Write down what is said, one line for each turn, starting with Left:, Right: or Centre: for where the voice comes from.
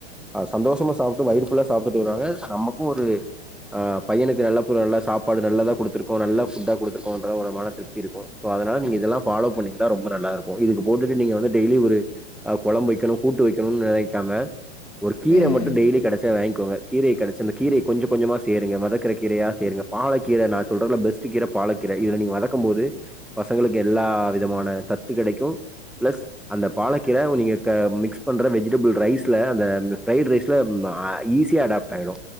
Centre: சந்தோஷமா சாப்டு வயிறு ஃபுல்லா சாப்பிட்டு வருவாங்க நமக்கு ஒரு ஆ பையனுக்கு நல்ல பு நல்ல சாப்பாடு நல்லதா குடுத்துருக்கோ நல்ல ஃபுட்டா குடுத்துருக்கோன்ற ஒரு மன திருப்தி இருக்கு போ அதனால நீங்க இதெல்லா ஃபாலோ பண்ணிக்கனு ம்ப நல்லாருக்கு இதுக்கு போட்டுட்டு நீங்க வந்து டெய்லி ஒரு கொழம்பு வக்கெனு கூட்டு வக்கெனுன் நெனைக்காம ஒரு கீர
Left: ம்
Centre: மட்டு
Left: ம் ம்
Centre: டெய்லி கெடச்சா வாய்கோங்க கீரய கடுச்சு அந்த கீரைய கொஞ்ச கொஞ்சமா சேருங்க வதக்குற கீரையா சேருங்க பாலக்கீர நா சொல்றல பெஸ்ட்டு கீர பாலக்கீர இத நீங்க வதக்கும் போது பசங்களுக்கு எல்லா வித மான சத்து கெடைக்கு பிளஸ் அந்த பாலக்கீர நீங்க க மிக்ஸ் பண்ற வெஜிடபிள் ரைஸ்ல அந்த ஃப்ரைடு ரைஸ்ல அ ஈஸியா அடாப்ட் ஆயிடு